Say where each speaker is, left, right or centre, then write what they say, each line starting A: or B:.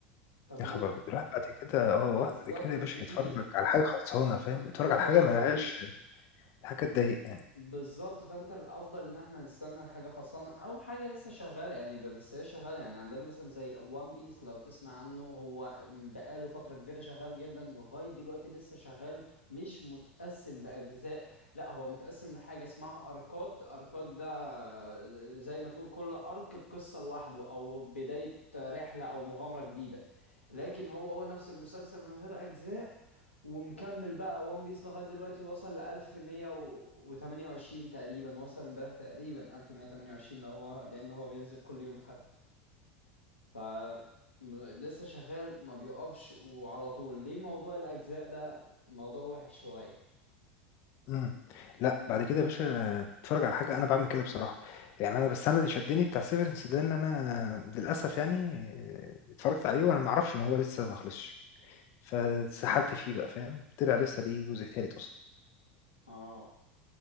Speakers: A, on the left; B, on the left.
A: طب
B: يا خبر
A: ليه
B: ابيض الواحد بعد كده اه الواحد
A: بالظبط
B: بعد كده يا
A: كتير
B: باشا يتفرج على حاجه خلصانه فاهم
A: بتقعد
B: يتفرج على حاجه ما
A: كتير
B: لهاش حاجه تضايق يعني.
A: بالظبط فانت الافضل ان احنا نستنى الحاجه خلصانه او حاجه لسه شغاله يعني ب- بس هي شغاله يعني عندنا مثلا زي وان بيس لو تسمع عنه هو بقاله فتره كبيره شغال جدا ولغايه دلوقتي لسه شغال مش متقسم لاجزاء لا هو متقسم لحاجه اسمها اركات اركات ده زي ما تقول كل ارك بقصه لوحده او بدايه رحله او مغامره جديده لكن هو هو نفس المسلسل من غير اجزاء ومكمل بقى وان بيس لغاية دلوقتي وصل لألف مية وتمانية وعشرين تقريبا وصل امبارح تقريبا ألف مية تمانية وعشرين لو هو لأن هو بينزل كل يوم حد ف م- لسه شغال ما بيقفش وعلى طول ليه موضوع الأجزاء ده موضوع وحش شوية
B: امم لا بعد كده يا باشا اتفرج على حاجه انا بعمل كده بصراحه يعني انا بس انا اللي شدني بتاع سيفرنس ده ان انا للاسف يعني آه، اتفرجت عليه وانا ما اعرفش ان هو لسه ما خلصش فسحلت فيه بقى فاهم طلع لسه ليه جزء تالت اصلا
A: اه